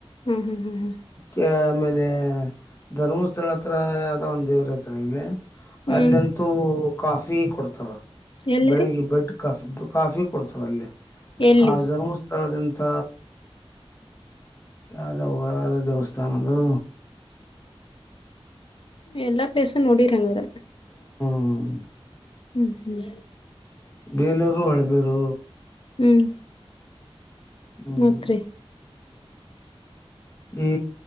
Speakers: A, on the left (about 55°); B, on the left (about 25°).
A: ಹ್ಮ್ ಹ್ಮ್ ಹ್ಮ್ ಹ್ಮ್
B: ಅಕ್ಕೆ ಆಮೇಲೆ ಧರ್ಮಸ್ಥಳ ಹತ್ರ ಆದ ಒಂದ ದೇವರ ಹತ್ರಲ್ಲಿ
A: ಹ್ಮ್
B: ಅಲ್ಲಂತೂ ಕಾಫಿ ಕೊಡ್ತಾರ
A: ಎಲ್ಲಿರಿ
B: ಬೆಳಿಗ್ಗೆ ಬೆಡ್ ಕಾಫಿ ಫುಡ್ ಕಾಫಿ ಕೊಡ್ತಾರ ಅಲ್ಲಿ
A: ಎಲ್ಲಿ
B: ಆ ಧರ್ಮಸ್ಥಳದ ಮತ್ತ ಯಾವ್ದ ಯ್ದ ದೇವಸ್ಥಾನದು
A: ಎಲ್ಲಾ ಪ್ಲೇಸ ನೋಡಿರಂಗಾರ
B: ಹ್ಮ್
A: ಹ್ಮ್ ಹ್ಮ್
B: ಬೇಲೂರುರು ಹೊಳಬೇಡು
A: ಹ್ಮ್
B: ಹ್ಮ್
A: ಮತ್ರಿ
B: ಈ